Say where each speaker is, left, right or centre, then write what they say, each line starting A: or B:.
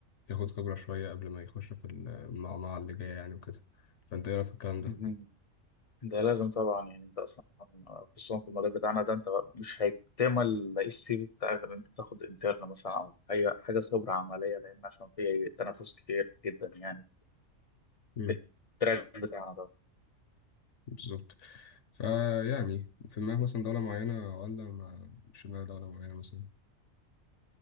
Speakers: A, on the left; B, on the left.
A: ياخد خبره شويه قبل ما يخش في المعمعه اللي جايه يعني وكده فانت ايه رايك في الكلام
B: آه. ده لازم طبعا يعني انت اصلا خصوصا في المجال بتاعنا ده انت مش هيكتمل السي في بتاعك غير ان انت تاخد انترن مثلا او اي حاجه خبره عمليه لان عشان في تنافس كتير جدا يعني
A: ده
B: في التراك بتاعنا ده
A: بالظبط فيعني في دماغك مثلا دولة معينة ولا ما مش في دماغك دولة معينة مثلا